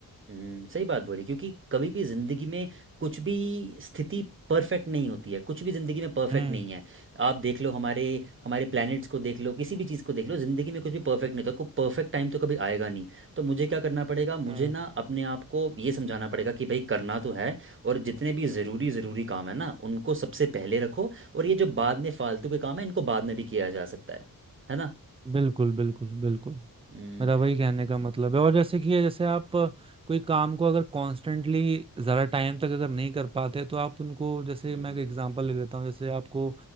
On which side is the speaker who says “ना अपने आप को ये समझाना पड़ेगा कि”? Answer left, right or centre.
Right